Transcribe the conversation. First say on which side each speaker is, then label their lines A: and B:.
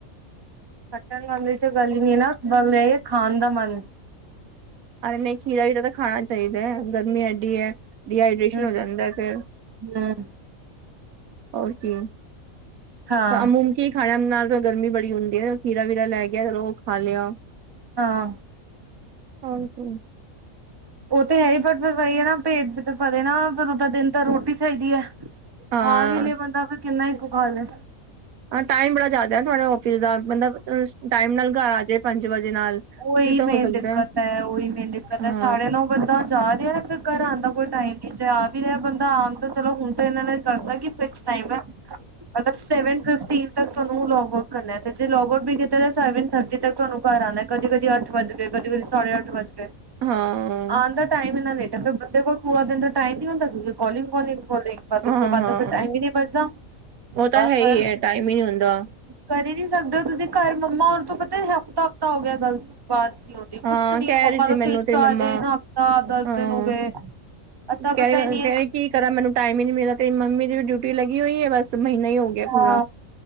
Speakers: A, on the right; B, on the right.
A: ਕੱਟਣ ਵਾਲੇ ਚ ਗੱਲ ਨਈ ਨਾ ਗੱਲ ਇਹ ਹੈ ਖਾਣ ਦਾ ਮਨ
B: ਅਰੇ ਨਹੀਂ ਖੀਰਾ ਵੀਜ਼ਾਦਾ ਤਾਂ ਖਾਣਾ ਨਈ ਚਾਹੀਦਾ ਹੈ ਗਰਮੀ ਐਡੀ ਹੈ ਡੀਹਾਈਡ੍ਰੇਸ਼ਨ
A: ਹਮ
B: ਹੋ ਜਾਂਦਾ ਫੇਰ
A: ਹਮ
B: ਹੋ ਕੀ
A: ਹਾਂ
B: ਤਾਂ ਅਮੁ ਕੀ ਖਾਣ ਨਾਲ ਗਰਮੀ ਬੜੀ ਹੁੰਦੀ ਹੈ ਖੀਰਾ ਵੀਰਾ ਲੈ ਗਿਆ ਚਲੋ ਉਹ ਖਾ ਲਿਆ
A: ਹਾਂ
B: ਹੋਰ ਕੀ।
A: ਉਹ ਤੇ ਹੈ ਹੀ ਬਸ ਫਿਰ ਵੋਹੀ ਹੈ ਨਾ। ਪੇਟ ਤਾਂ ਭਰੇ ਨਾ ਫਿਰ ਉਦਾ ਦਿਨ ਤਾਂ ਰੋਟੀ ਚਾਹੀਦੀ ਐ।
B: ਹਾਂ
A: ਖਾ ਵੀ ਲਏ ਬੰਦਾ ਫਿਰ ਕਿੰਨਾ ਕੂ ਖਾਲੇ।
B: ਹਾਂ ਟਾਈਮ ਬੜਾ ਜ਼ਿਆਦਾ ਤੁਹਾਡੇ ਆਫਿਸ ਦਾ ਮਤਲਬ, ਟਾਈਮ ਨਾਲ ਘਰ ਆ ਜੇ ਪੰਜ ਵਜੇ ਨਾਲ।
A: ਉਈ
B: ਫਿਰ ਤਾਂ
A: ਮੇਨ
B: ਹੋ ਸਕਦਾ
A: ਦਿੱਕਤ
B: ਹੈ।
A: ਐ, ਉਈ ਮੇਨ ਦਿੱਕਤ
B: ਹਾਂ
A: ਐ, ਸਾਰਿਆਂ ਨੂੰ ਬੰਦਾ ਜਾ ਰਿਹਾ ਨਾ ਫਿਰ ਘਰ ਆਉਣ ਦਾ ਕੋਈ ਟਾਈਮ ਨੀ ਜੇ ਆ ਵੀ ਰਿਹਾ ਬੰਦਾ ਆਉਣ ਤੋਂ ਚਲੋ ਹੁਣ ਤਾਂ ਇਹਨਾਂ ਨੇ ਕਰਦਾ ਕੀ ਫਿਕਸ ਟਾਈਮ ਐ।
B: <inaudible>
A: ਅਗਰ ਸੈਵਨ ਫਿਫਟੀਨ ਤ ਤੁਹਾਨੂੰ ਲੋਗ ਆਊਟ ਕਰਨਾ ਤੇ ਜੇ ਲੋਗ ਆਊਟ ਵੀ ਕੀਤਾ ਸੈਵਨ ਥਰਟੀ ਤੱਕ ਤੁਹਾਨੂੰ ਘਰ ਆਉਣਾ। ਕਦੀ- ਕਦੀ ਅੱਠ ਵੱਜ ਗਏ, ਕਦੀ -ਕਦੀ ਸਾਡੇ ਅੱਠ ਵੱਜ ਗਏ,
B: ਹਾਂ
A: ਆਉਣ ਦਾ ਟਾਈਮ ਇਨਾ ਲੇਟ ਹੈ ਫਿਰ ਉਹਦੇ ਕੋਲ ਪੂਰਾ ਦਿਨ ਦਾ ਟਾਈਮ ਨੀ ਹੁੰਦਾ ਕਿਉਂਕਿ ਕੋਲਿੰਗ- ਕੋਲਿੰਗ ਕਾਲਿੰਗ
B: ਹਾਂ
A: ਉਸ ਤੋਂ ਬਾਅਦ
B: ਹਾਂ
A: ਦਾ ਫਿਰ ਟਾਈਮ ਹੀ ਨੀ ਬਚਦਾ,
B: ਉਹ ਤਾਂ
A: ਬਸ
B: ਹੈ ਹੀ
A: ਫਿਰ
B: ਹੈ
A: ਕੁਛ
B: ਟਾਈਮ ਹੀ ਨਹੀਂ ਹੁੰਦਾ
A: ਕਰੀ ਨੀ ਸਕਦੇ ਹੋ ਤੁਸੀਂ ਘਰ ਮੰਮਾ ਹੋਰ ਤੋਂ ਪਤਾ ਹਫ਼ਤਾ -ਹਫ਼ਤਾ ਹੋ ਗਿਆ ਗਲ ਬਾਤ ਕ ਕੇ
B: ਹਾਂ
A: ਕੁਛ ਨੀ
B: ਕਹਿ
A: ਮੰਮਾ
B: ਰਹੀ ਸੀ
A: ਕੋ
B: ਮੈਨੂੰ
A: ਤਿੰਨ-
B: ਤੇਰੀ
A: ਚਾਰ
B: ਮੰਮਾ
A: ਦਿਨ ਹਫ਼ਤਾ -ਦਸ
B: ਹਾਂ
A: ਦਿਨ ਹੋ ਗਏ। ਅਤਾ
B: ਕਹਿ
A: ਪਤਾ ਹੀ ਨਹੀਂ
B: ਰੇ ਕੀ ਕਰਾਂ ਮੈਨੂੰ ਟਾਈਮ ਹੀ ਨੀ ਮਿਲਦਾ ਤੇਰੀ ਮੰਮੀ ਦੀ ਡਿਊਟੀ ਲੱਗੀ ਹੋਈ ਹੈ ਬਸ ਮਹੀਨਾ ਹੀ ਹੋ ਗਿਆ
A: ਹਾਂ,
B: ਪੂਰਾ